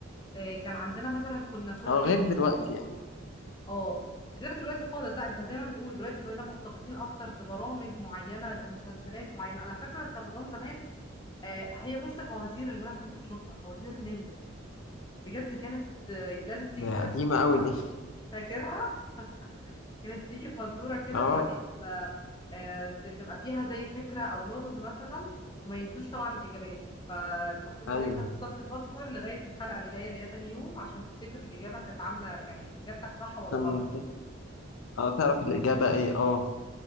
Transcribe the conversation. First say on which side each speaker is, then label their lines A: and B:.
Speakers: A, on the left; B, on the left.
A: آه، كان عندنا مثلا كنا كل
B: اه غير
A: يوم
B: دلوقتي
A: خميس
B: يعني
A: اه غير دلوقتي خالص لا انت زي ما بتقول دلوقتي بقينا مرتبطين اكتر ببرامج معينه بمسلسلات معينه انا فاكره في رمضان زمان آه، هي بس الفوازير اللي انا كنت بشوفها فوازير نيلي بجد كانت آه، لازم تيجي
B: ده
A: كده
B: قديمة
A: فزوره
B: قوي دي
A: فاكرها كانت تيجي فزوره كده
B: اه
A: وبعدين آه، آه، ت- تبقى فيها زي فكره او لغز مثلا وما يدوش طبعا الاجابات فالمفروض
B: ايوه
A: ان انت هتفضل تفكر لغايه الحلقه الجايه اللي هي تاني يوم عشان تفتكر الاجابه كانت عامله يعني اجابتك صح ولا
B: كان
A: غلط
B: اه تعرف الإجابة ايه اه